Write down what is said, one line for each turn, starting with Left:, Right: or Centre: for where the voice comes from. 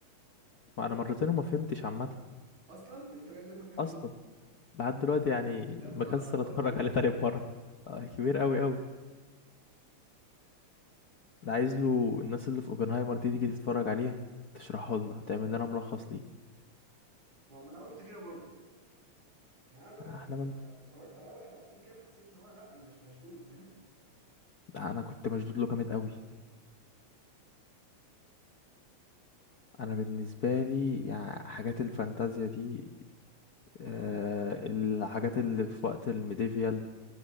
Left: ما انا مرتين وما فهمتش عامه
Right: اصلا يعني انت لغايه دلوقتي ما فهمتش
Left: اصلا لحد دلوقتي يعني
Right: لا ده
Left: مكسل
Right: حوار
Left: اتفرج
Right: كبير
Left: عليه تاني مره آه، كبير قوي قوي انا عايز له الناس اللي في اوبنهايمر دي تيجي تتفرج عليه تشرحه لنا تعمل لنا ملخص ليه
Right: ما ما انا قلت كده برضه يعني انا دارك
Left: احنا
Right: لما
Left: من...
Right: اتفرجت على اول حلقتين كده حسيت ان هو لا انا مش مشدود فاهم
Left: انا كنت مشدود له جامد قوي انا بالنسبه لي يعني حاجات الفانتازيا دي آه الحاجات اللي في وقت الميديفيال